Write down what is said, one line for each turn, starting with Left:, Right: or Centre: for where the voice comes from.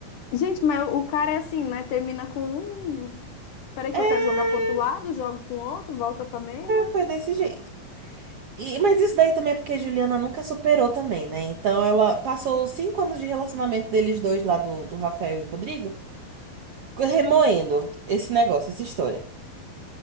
Left: Gente, mas o cara é assim, né? Termina com um. Peraí
Right: É,
Left: que eu quero jogar pro outro lado, jogo com outro, volta pra mesma.
Right: foi desse jeito. E, mas isso daí também é porque a Juliana nunca superou também, né? Então ela passou os cinco anos de relacionamento deles dois lá, do, do Rafael e o Rodrigo, remoendo esse negócio, essa história.